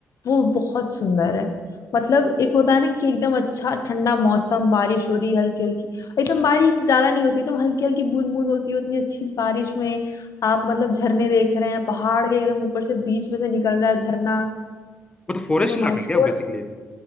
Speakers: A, on the left; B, on the left.
A: वो बहुत सुंदर है मतलब एक होता है ना कि एकदम अच्छा ठंडा मौसम बारिश हो रही हल्की हल्की एकदम बारिश ज्यादा नहीं होती एकदम हल्की हल्की बूंद बूंद होती है उतनी अच्छी बारिश में आप मतलब झरने देख रहे हैं पहाड़ के एकदम ऊपर से बीच में से निकल रहा है झरना
B: वो तो फॉरेस्ट
A: तो
B: इलाका
A: मायसोर
B: है क्या बेसिकली